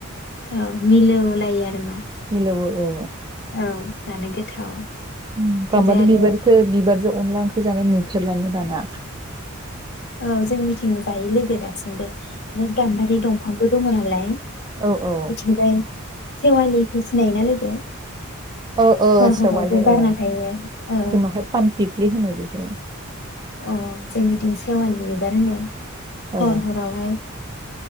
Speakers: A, on the left; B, on the right.
A: औ मिलौलायो आरो मा
B: मिलौवो औ
A: औ जानो गोथाव।
B: ओम
A: बिथिंजाय
B: गामबारि
A: आरो
B: बिबारखौ बिबारजों अनदला ओंख्रि जानाय नुफेरलानो दाना।
A: औ जोंनिथिं जायो लोगो दासिमबो। गामबारि दंफांबो दंनालाय
B: औ औ
A: बेथिंजाय सेवालिखौ सिनायोना लोगो?
B: औ औ
A: हर
B: सेवालि
A: हराव जे बारना
B: औ
A: थायो औ
B: जोंनावहाय पानफिफ्लि होनो बे औ
A: अ जोंनिथिं सेवालि बिबार होनो
B: औ
A: हर हरावहाय